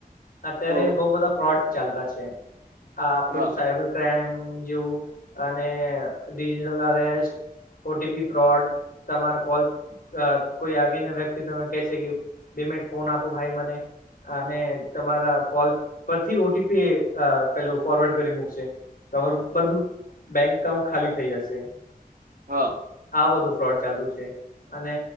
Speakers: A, on the left; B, on the right.
A: અત્યારે
B: હ
A: બહુ બધાં ફ્રોડ ચાલતા છે. આ આપણું
B: હા
A: સાયબર ક્રાઈમ જેવું, અને digital arrest O T P fraud, તમારા કોલ અહ કોઈ આપ પીને વ્યક્તિ તમે કહેશે કે, બે મિનટ ફોન આપો ભાઈ મને. અને તમારા કોલ પરથી ઓ ટી પી અહ પેલું ફોરવર્ડ કરી મુકશે. તમારું બધું બેન્ક અકાઉન્ટ ખાલી થઇ જશે.
B: હા.
A: આ બધું ફ્રોડ ચાલતું છે. અને